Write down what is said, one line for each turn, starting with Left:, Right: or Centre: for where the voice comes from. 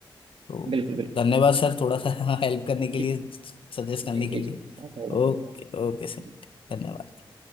Left: तो
Right: बिल्कुल बिल्कुल
Left: धन्यवाद
Right: बिल्कुल
Left: सर थोड़ा सा <laughs> हेल्प करने के
Right: ठीक
Left: लिए
Right: है
Left: सजेस्ट करने
Right: जी
Left: के
Right: जी
Left: लिए
Right: जी No problem
Left: ओके ओके सर
Right: जी
Left: धन्यवाद